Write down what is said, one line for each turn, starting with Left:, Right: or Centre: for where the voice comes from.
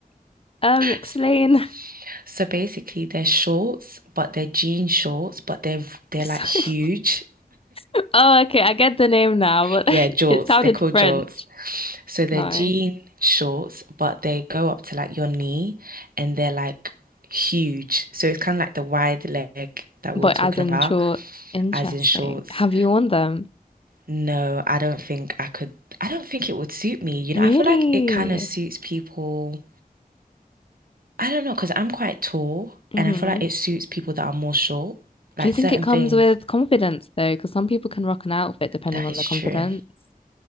Left: Um, explain.
Right: S- So basically, they're shorts, but they're jean shorts, but they're
Left: <laughs>
Right: they're
Left: Just
Right: like huge.
Left: like- <laughs> Oh, okay, I get the name now, but
Right: Yeah,
Left: <laughs>
Right: jorts.
Left: it sounded
Right: They're called
Left: French.
Right: jorts. So they're
Left: Nice.
Right: jean shorts, but they go up to like your knee and they're like huge. So it's kind of like the wide leg that
Left: But
Right: we were talking
Left: as in
Right: about,
Left: shorts, interesting.
Right: as in shorts.
Left: Have you worn them?
Right: No, I don't think I could. I don't think it would suit me. You
Left: Really?
Right: know, I feel like it kind of suits people. I don't know, because I'm quite tall
Left: hmm
Right: and I feel like it suits people that are more short. Like
Left: Do you think
Right: certain
Left: it comes
Right: things.
Left: with confidence though? Because some people can rock an outfit depending
Right: That
Left: on
Right: is
Left: their confidence.
Right: true.